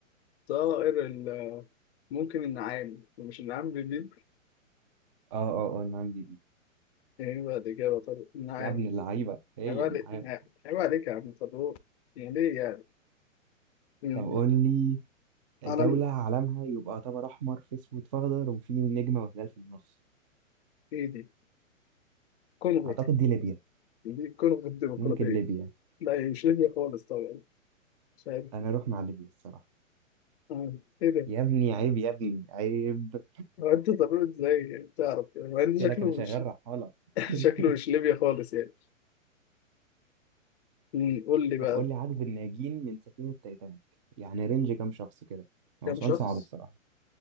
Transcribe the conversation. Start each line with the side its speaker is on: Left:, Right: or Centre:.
Left: طائر ال- ممكن النعام مش النعام بالبيض
Right: اه اه أنا عندي دي
Left: ايه بقى الإجابة طب النعام
Right: يا ابن اللعيبة هي
Left: عيب عليك
Right: أنا عارف
Left: عيب عليك يا عم طب هو يعني ليه يعني؟ مم.
Right: طب قول
Left: لا.
Right: لي
Left: عالم
Right: دولة علمها يبقى طبق أحمر في أسود في أخضر وفي نجمة وهلال في النص
Left: ايه دي؟ كونغو
Right: أعتقد دي ليبيا
Left: دي كونغو الديمقراطية
Right: ممكن ليبيا
Left: لا هي مش ليبيا خالص طبعا مش عارف
Right: أنا أروح مع ليبيا الصراحة
Left: آه. ايه ده؟
Right: يا ابني عيب يا ابني عيب
Left: هو انت ضروري ازاي يعني بتعرف يعني مع ان شكله
Right: قلت لك أنا شغال
Left: مش
Right: رحالة
Left: <laughs>
Right: <laughs>
Left: شكله مش ليبيا خالص يعني أمم، قول لي بقى
Right: طب قول لي عدد الناجين من سفينة تايتانيك يعني رينج كام شخص كده
Left: كام
Right: هو سؤال
Left: شخص
Right: صعب الصراحة